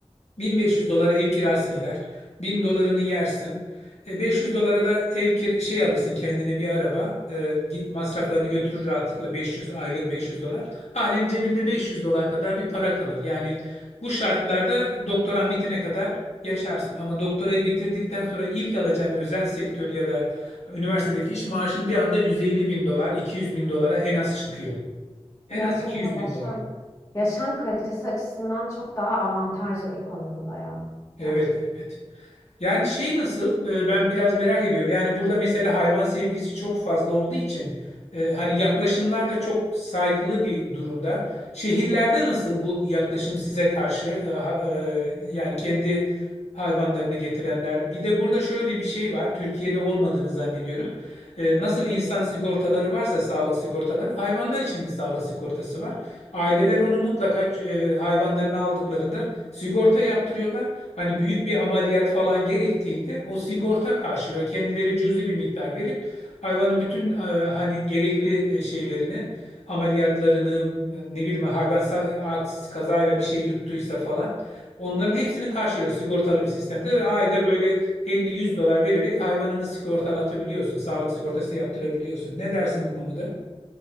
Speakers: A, on the left; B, on the left.
A: 1500 dolara ev kirası gider. 1000 dolarını yersin. E, 500 dolara da ev kir şey alırsın kendine bir araba. E, git masraflarını götürür rahatlıkla 500 aylık 500 dolar. Halen cebinde 500 dolar kadar bir para kalır. Yani bu şartlarda doktoran bitene kadar yaşarsın. Ama doktorayı bitirdikten sonra ilk alacağın özel sektör ya da üniversitedeki iş maaşın bir anda 150 bin dolar, 200 bin dolara en az çıkıyor. En
B: Gerçekten
A: az 200 bin
B: yaşam
A: dolar.
B: yaşam kalitesi açısından çok daha avantajlı bir konumda ya.
A: Evet,
B: Gerçekten.
A: evet. Yani şey nasıl? e, Ben biraz merak ediyorum. Yani burada mesela hayvan sevgisi çok fazla olduğu için e, hani yaklaşımlar da çok saygılı bir durumda. Şehirlerde nasıl bu yaklaşım size karşı? E, ha- e, Yani kendi hayvanlarını getirenler. Bir de burada şöyle bir şey var. Türkiye'de olmadığını zannediyorum. E, Nasıl insan sigortaları varsa sağlık sigortaları, hayvanlar için de sağlık sigortası var. Aileler onu mutlaka e, hayvanlarını aldıklarında sigorta yaptırıyorlar. Hani büyük bir ameliyat falan gerektiğinde o sigorta karşılıyor. Kendileri cüzi bir miktar verip hayvanın bütün e, hani gerekli e, şeylerini, ameliyatlarını, ne bileyim hayvan sa- aks- kazayla bir şey yuttuysa falan onların hepsini karşılıyor sigortalı bir sistemde ve ayda böyle 50-100 dolar vererek hayvanını sigortalatabiliyorsun. Sağlık sigortası yaptırabiliyorsun. Ne dersin bu konuda?